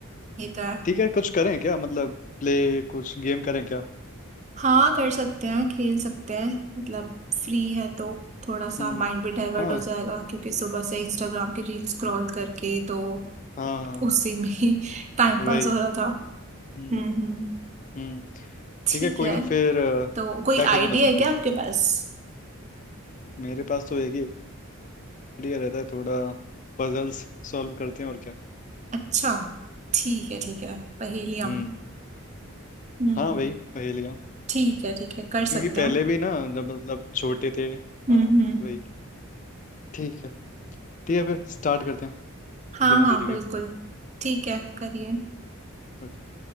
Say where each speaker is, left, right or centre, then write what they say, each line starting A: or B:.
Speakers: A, on the right; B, on the left.
A: ये तो है
B: ठीक है कुछ करें क्या मतलब प्ले कुछ गेम करें क्या
A: हाँ कर सकते हैं खेल सकते हैं मतलब फ्री है तो थोड़ा सा
B: हम्म
A: माइंड भी डाइवर्ट
B: हाँ
A: हो जाएगा क्योंकि सुबह से इंस्टाग्राम की रील स्क्रॉल करके तो
B: हाँ हाँ,
A: उसी में ही टाइम
B: वही
A: पास हो रहा था
B: हम्म
A: हम्म हम्म
B: हम्म।
A: ठीक
B: ठीक है कोई
A: है
B: नहीं फिर अ,
A: तो कोई
B: क्या खेलना
A: आइडिया
B: पसंद
A: है
B: करेंगे
A: क्या आपके पास
B: मेरे पास तो एक ही आइडिया रहता है थोड़ा पजल्स सॉल्व करते हैं और क्या
A: अच्छा ठीक है ठीक है पहेलियाँ
B: हम्म
A: हम्म
B: हाँ वही पहेलियाँ
A: ठीक है ठीक है कर
B: क्योंकि
A: सकते हैं
B: पहले भी ना जब मतलब छोटे थे हाँ
A: हम्म हम्म
B: वही ठीक है ठीक है फिर स्टार्ट करते हैं
A: हाँ
B: बिना
A: हाँ
B: देरी
A: बिल्कुल
B: के
A: ठीक है करिए
B: ओके